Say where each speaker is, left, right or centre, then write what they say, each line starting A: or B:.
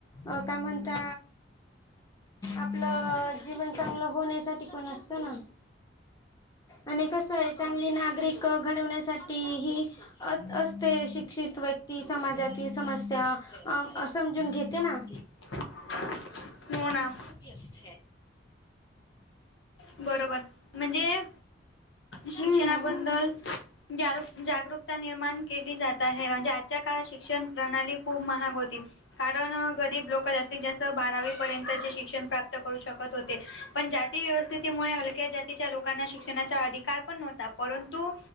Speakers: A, on the left; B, on the left.
A: अ काय म्हनता? आपलं जीवन चांगलं होण्यासाठी पण असतं ना. आणि कस आहे चांगली नागरिक घडवण्यासाठी हि अ असते शिक्षित व्यक्ती समाजातील समस्या. अ समजून घेते ना
B: <inaudible> हो ना.
A: ह.
B: बरोबर म्हणजे शिक्षणाबद्दल
A: हम्म
B: जा, जागरूकता निर्माण केली जात आहे म्हणजे आजच्या काळात शिक्षण प्रणाली खूप महाग होती कारण गरीब लोकं जास्तीत जास्त बारावी पर्यंतचे शिक्षण प्राप्त करू शकत होते, पण जाती व्यवस्थितऽ त्यामुळे हलक्या जातीच्या लोकांना शिक्षणाचा अधिकार पण नव्हता परंतु,